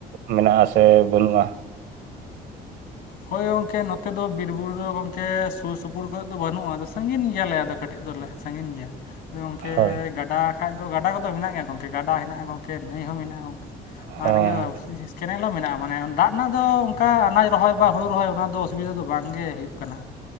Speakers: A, on the right; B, on the left.
A: ᱢᱮᱱᱟᱜ ᱥᱮ ᱵᱟᱹᱱᱩᱜ-ᱟ?
B: ᱦᱳᱭ ᱜᱚᱝᱠᱮ ᱱᱚᱛᱮ ᱫᱚ ᱵᱤᱨ ᱵᱩᱨᱩ ᱫᱚ ᱜᱚᱝᱠᱮ ᱥᱩᱨ ᱥᱩᱯᱩᱨ ᱠᱚᱨᱮᱫ ᱫᱚ ᱵᱟᱹᱱᱩᱜ-ᱟ ᱟᱫᱚ ᱥᱟᱺᱜᱤᱧ ᱜᱮᱭᱟᱞᱮ ᱟᱫᱚ ᱠᱟᱹᱴᱤᱡ ᱫᱚᱞᱮ ᱥᱟᱺᱜᱤᱧ ᱜᱤᱭᱟ ᱥᱮ ᱜᱚᱝᱠᱮ
A: ᱦᱳᱭ
B: ᱜᱟᱰᱟ ᱠᱷᱟ ᱫᱚ ᱜᱟᱰᱟ ᱠᱚᱫᱚ ᱢᱮᱱᱟᱜ ᱜᱮᱭᱟ ᱜᱚᱝᱠᱮ ᱜᱟᱰᱟ ᱦᱮᱱᱟᱜ-ᱟ ᱜᱚᱝᱠᱮ ᱱᱟᱹᱭ ᱦᱚᱸ ᱢᱮᱱᱟᱜ-ᱟ ᱜᱚᱝ
A: ᱦᱚᱸ
B: ᱟᱨ ᱤᱭᱟᱹ ᱠᱮᱱᱮᱞ ᱦᱚᱸ ᱢᱮᱱᱟᱜ-ᱟ ᱢᱟᱱᱮ ᱫᱟᱜ ᱨᱮᱱᱟᱜ ᱫᱚ ᱚᱱᱠᱟ ᱟᱱᱟᱡ ᱨᱚᱦᱚᱭ ᱵᱟ ᱦᱩᱲᱩ ᱨᱚᱦᱚᱭ ᱚᱱᱟ ᱫᱚ ᱚᱥᱩᱵᱤᱫᱟ ᱫᱚ ᱵᱟᱝ ᱜᱮ ᱦᱩᱭᱩᱜ ᱠᱟᱱᱟ